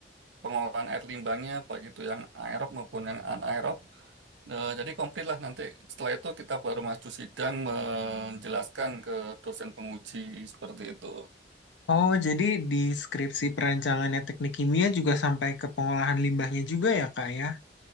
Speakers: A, on the right; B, on the left.
A: pengolahan air limbahnya baik itu yang aerob maupun yang anaerob Eh, jadi komplit lah nanti setelah itu kita baru maju sidang menjelaskan ke dosen penguji seperti itu.
B: Oh, jadi di skripsi perancangannya teknik kimia juga sampai ke pengolahan limbahnya juga ya, Kak ya?